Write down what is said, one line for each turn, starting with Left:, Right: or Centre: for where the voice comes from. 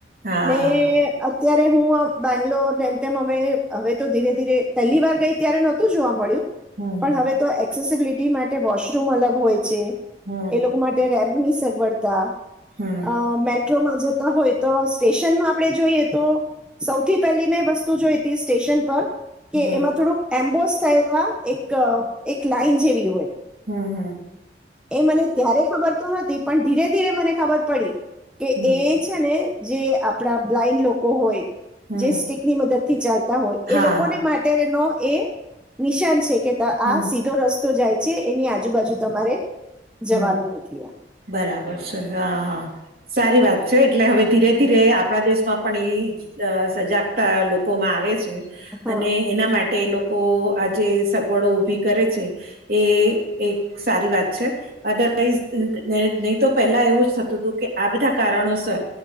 Right: હા
Centre: ને
Right: હા
Centre: અત્યારે હું બેંગ્લોર એમ તેમ અમે હવે તો ધીરે ધીરે પહેલી વાર ગઈ ત્યારે નહોતું જોવા મળ્યું.
Right: હમ
Centre: પણ હવે તો એક્સેસબિલિટી માટે વોશરૂમ અલગ હોય છે
Right: હમ
Centre: એ લોકો માટે રેમ ની સગવડતા
Right: હમ
Centre: અ મેટ્રોમાં જતા હોય તો સ્ટેશનમાં આપણે જોઈએ તો સૌથી પહેલી મેં વસ્તુ જોઈ હતી સ્ટેશન પર કે
Right: હમ
Centre: એમાં થોડુંક એમ્બોસ થઇ એક એક લાઈન જેવી હોય
Right: હમ હમ
Centre: એ મને ત્યારે ખબર તો નતી પણ ધીરે ધીરે મને ખબર પડી કે
Right: હમ
Centre: એ છે ને જે આપણા બ્લાઈન્ડ લોકો હોય
Right: હમ
Centre: જે સ્ટક ની મદદ થી ચાલ હોય
Right: હા
Centre: એ લોકોને
Right: હા
Centre: માટેનો એ નિશાન છે કે
Right: હમ
Centre: આ સીધો રસ્તો તો જાય છે એની આજુબાજુ તમારે
Right: હમ્મ
Centre: જવાનું નથી એમ
Right: બરાબર છે હા હા. સારી વાત છે એટલે હવે ધીરે ધીરે આપણા દેશમાં પણ એઈ સજાગતા લોકોમાં આવે છે.
Centre: હા.
Right: અને એના માટે લોકો લોકો આજે સગવડો ઉઊભી કરે છે એ એક સારી વાત છે. અદરવાઈઝ નહી તો પહેલા એવું જ થતું હતું કે આ બધા કારણોસર